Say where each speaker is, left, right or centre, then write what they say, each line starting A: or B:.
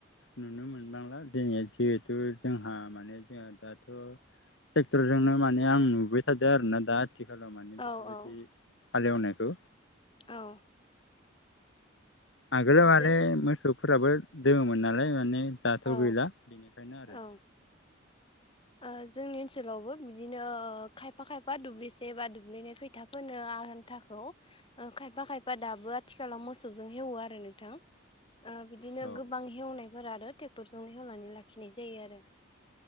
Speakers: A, on the left; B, on the left.
A: नुनो मोनबांला जोंनि जिहेथु जोंहा माने जोंहा दाथ' ट्रेक्टरजोंनो माने आं नुबाय थादो आरो ना दा आथिखालाव माने बेफोरबायदि
B: औ औ
A: हाल एवनायखौ।
B: औ।
A: आगोलाव माने
B: जों
A: मोसौफोराबो दोङोमोन नालाय माने दाथ'
B: औ
A: गैला बेनिखायनो आरो।
B: औ ओ जोंनि ओनसोलावबो बिदिनो खायफा खायफा दुब्लिसे बा दुब्लिनि खैथा फोनो आनथाखौ खायफा खायफा दाबो आथिखालाव मोसौजों हेवो आरो नोंथां ओ बिदिनो
A: औ
B: गोबां हेवनायफोर आरो ट्रेक्टरजोंनो हेवनानै लाखिनाय जायो आरो।